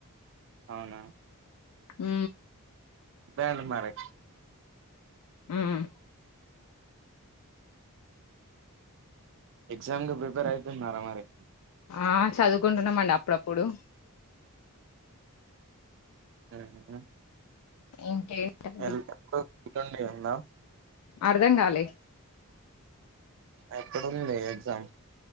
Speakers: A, on the right; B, on the left.
A: అవునా
B: ఉ
A: బ్యాండ్ మరి
B: ఉ ఉ
A: ఎగ్జామ్ కు ప్రిపేర్ అయితున్నారా మరి
B: ఆ చదువుకుంటున్నామండి అప్పుడప్పుడు
A: ఉహూ
B: ఇంకేంటండి
A: హెల్త్ <inaudible> ఎన్నా
B: అర్ధం కాలే
A: ఎప్పుడూ ఉంది ఎగ్జామ్